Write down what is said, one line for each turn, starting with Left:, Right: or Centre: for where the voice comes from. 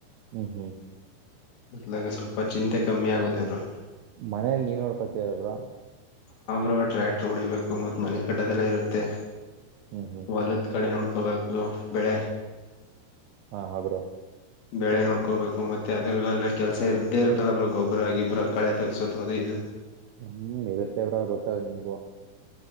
Right: ಹ್ಮ್ ಹ್ಮ್
Left: ಅತ್ಲಾಗ ಸ್ವಲ್ಪ ಚಿಂತೆ ಕಮ್ಮಿ ಆಗುತ್ತೆ ಬ್ರೋ
Right: ಮನೇಲ್ ನೀವೆ ನೋಡ್ಕತೀರ ಬ್ರೋ
Left: ಹಾ ಬ್ರೋ ಟ್ರ್ಯಾಕ್ಟರ್ ಹೊಡಿಬೇಕು ಮತ್ ಮನೆ ಕಟ್ಟದೆಲ್ಲ ಇರುತ್ತೆ
Right: ಹ್ಮ್ ಹ್ಮ್
Left: ಹೊಲತ್ಕಡೆ ನೋಡ್ಕೋಬೇಕ್ ಬ್ರೋ ಬೆಳೆ
Right: ಹಾ ಹಾ ಬ್ರೋ
Left: ಬೆಳೆ ನೋಡ್ಕೋಬೇಕು ಮತ್ತೆ ಅದ್ರಲ್ಲೆಲ್ಲ ಕೆಲ್ಸ ಇರ್ದೇ ಇರ್ತಲ್ಲ ಬ್ರೋ ಗೊಬ್ರ ಗಿಬ್ಬ್ರ ಕಳೆ ತಗ್ಸೋದು ಅದು ಇದು
Right: ಹ್ಮ ಇರುತ್ತೇ ಬ್ರೋ ಗೊತ್ತಲ್ ನಿಮ್ಗೂ